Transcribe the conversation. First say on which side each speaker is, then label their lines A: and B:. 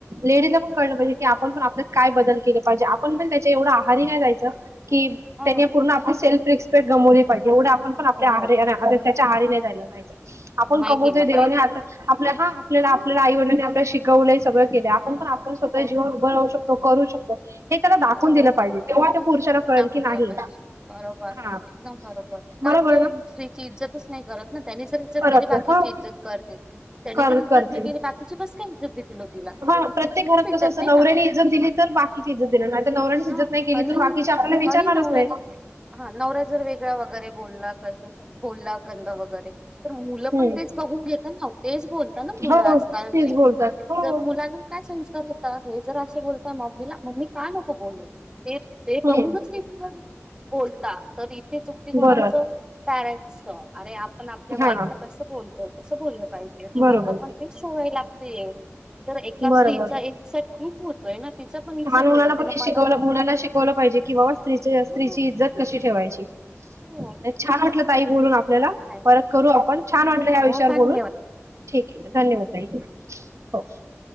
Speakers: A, on the right; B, on the right.
A: लेडीजला पण कळलं पाहिजे. की आपण पण आपल्यात काय बदल केले पाहिजे. आपण पण त्याच्या एवढं आहारी नाही जायचं. कि
B: हो
A: त्यांनी पूर्ण आपली सेल्फ रिक्सपेट गवली पाहिजे एवढे आपण आपली. आहारी
B: हो
A: गेले ना. त्याच्या आहारी नाहीं जायचं. आपण
B: नाही
A: कमवतोय.
B: गेलं
A: देवानी
B: पाहिजे
A: आप आपल्या हा आपल्याला
B: हो
A: आपल्याला आई-वडलांनी आपल्या शिक शिकवलय सगळं केल्या. आपण पण आपल्या स्वतःच्या
B: हो
A: जीवावर उभ राहू शकोतो. करू शकतो. हे त्याला दाखवून
B: हो
A: दिलं पाहिजे, तेव्हा त्या पुरुषाला कळेल
B: दाखवून
A: की, नाही
B: दिला पाहिजे बरोबर
A: हा
B: एकदम बरोबर का
A: बरोबर
B: तो
A: ना.
B: स्त्रीची इज्जतच नाही घरात ना, त्यांनी जर इज्जत
A: खरंच
B: केली बाकीची
A: हो
B: इज्जत करतील. त्यांनी
A: कर
B: जर इज्जत
A: करतील.
B: नाही केली, बाकीची कसं का इज्जत देतील ओ तिला.
A: हा प्रत्येक
B: इज्जतच
A: घरात
B: भेटत
A: कसं असतं
B: नाही
A: नवऱ्याने
B: ना.
A: इज्जत दिली तर बाकीची इज्जत देणार नाही तर नवऱ्यानेच इज्जत
B: हा
A: नाही केली
B: आणि
A: तर बाकीचे आपल्याला विचारणारच
B: आणि नवऱ्यानी,
A: नाही.
B: हा नवरा जर वेगळा वगैरे बोलला कस तसं बोलला गंध वगैरे तर मुलं
A: हम्म
B: पण तेच बघूक घेतात ना व, तेच बोलता ना मुलं
A: हो
B: आजकालचेे,
A: तेच बोलतात हो
B: तर मुलांना काय संस्कार होत आहे. जर असे बोलता मम्मीला मम्मी का नको बोलू. ते ते
A: हम्म
B: बघूनच ती मुलं बोलता, तर इथे चुकती कोणाचं
A: बरं.
B: पॅरेंट्सच. अरे आप पण आपल्या वाईफला
A: हा
B: कसं बोलतोय कसं बोललं पाहिजे मुलांना
A: बरोबर
B: पण ते सोयवी लागत ते तर एका
A: बरोबर.
B: स्त्रीचा इन्सर्ट खूप होतोय ना तिचा पण इन्सर्ट
A: मुलाला
B: होतोय
A: पण
B: तिला
A: हे
B: मनाला
A: शिकवलं मुलाला शिकवलं पाहिजे की बाबा स्त्री स्त्रीची
B: हो
A: इज्जत कशी ठेवायची.
B: हो
A: नाही छान म्हटलं. काही बोलू न. आपल्याला
B: थँक
A: परत करू आपण छान वाटलं, या
B: हो
A: विषयावर
B: धन्यवाद
A: बोलून, ठीक आहे धन्यवाद ताई. हो <unintelligible>